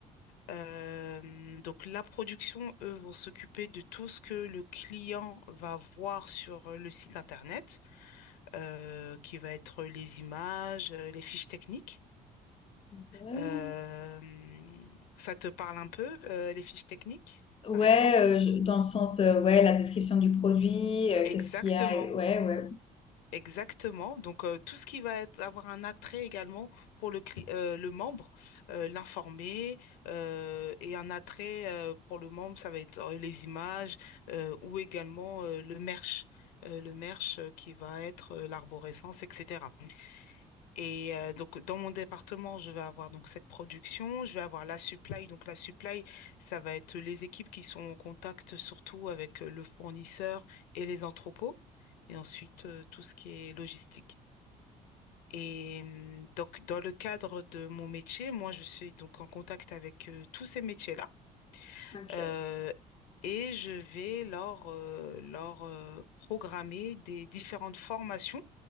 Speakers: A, on the left; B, on the left.
A: Euh, donc la production, eux, vont s'occuper de tout ce que le client va voir sur euh, le site internet, euh, qui va être les images, euh, les fiches techniques.
B: Ouais,
A: Euh, ça te parle un peu, euh, les fiches techniques,
B: Ouais,
A: par exemple?
B: euh, je- dans le sens, euh, ouais, la description du produit, euh,
A: Exactement.
B: qu'est-ce qu'il y a, ouais, ouais.
A: Exactement. Donc, euh, tout ce qui va être, avoir un attrait également pour le, cli- euh, le membre, euh, l'informer, euh, et un attrait euh, pour le membre, ça va être euh, les images euh, ou également euh, le merch, euh, le merch euh, qui va être euh, l'arborescence, etc. Et euh, donc, dans mon département, je vais avoir donc cette production, je vais avoir la supply. Donc, la supply, ça va être les équipes qui sont en contact surtout avec euh, le fournisseur et les entrepôts. Et ensuite, euh, tout ce qui est logistique. Et hum, donc, dans le cadre de mon métier, moi, je suis donc en contact avec euh, tous ces métiers-là.
B: Ok.
A: Euh, et je vais leur, euh, leur euh, programmer des différentes formations